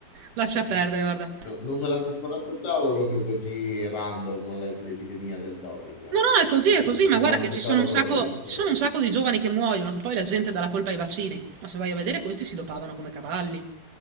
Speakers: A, on the right (about 65°); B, on the left (about 55°).
A: lascia perdere, guarda.
B: No, non me l'as- non me l'aspettavo proprio così random la- l'epidemia del doping.
A: No, no, è così, è così,
B: Non
A: ma guarda
B: me l'aspettavo
A: che ci sono un
B: proprio.
A: sacco,
B: Questo
A: ci
B: è-
A: sono un sacco di giovani che muoiono, che poi la gente dà la colpa ai vaccini, ma se vai a vedere questi si dopavano come cavalli,